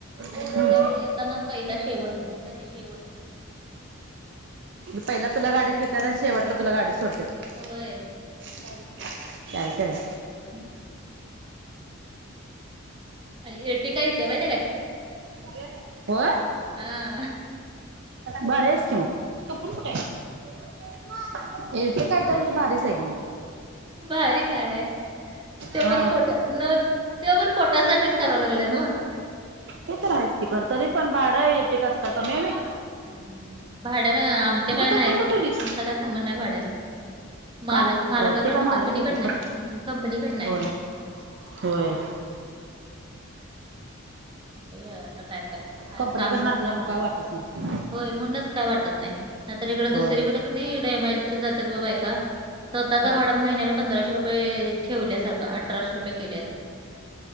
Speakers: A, on the right; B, on the right.
A: आणि
B: हम्म.
A: संध्याकाळी येताना पहिला शेवट शेवट मी
B: पहिला तुला गाडीच घेतात आणि शेवटला तुला गाडी सोडतात
A: ओय
B: लेक कायच रय
A: हम आणि इरटी काय येते माहिती त्या काय
B: गर होय
A: हा
B: बरस की मग तो पण कुठे आहे ए ते काय तर बाारीच आहेग ना
A: भारी काय आहे त
B: हा
A: पण पोट न पण पोटासाठीच कराय लागलाय नव्ह
B: ते तर आहेस की खर तरी पण भाडयेक येताच काय कमी हाय होय
A: हम् भाड्यान आमच्याकडे
B: टोपण
A: नाही
B: कुठवलीस
A: आमचा काय संबंध आहे भाड्याचा
B: का
A: मालक मालकाकडन
B: होय ते काय मालक
A: कंपनीकडन
B: देते खरं
A: आहे कंपनीकडनं आहे
B: होय होय
A: बघा आता काय काय हाय
B: कंपनीकडन
A: काम तर चांगलं
B: त्याच्यामु काय
A: आहे
B: वाटत नाही
A: होय म्हणूनच काय वाटत नाही न तरर इकडं
B: होय
A: दुसरीकडें क नाही इडं एम आय डी जातात बाबाय का स्वतःचं
B: हा
A: भाडं महिन्याला पंधराशे रुपये ठेवल्या सारखं अठराशे रुपये केलेत.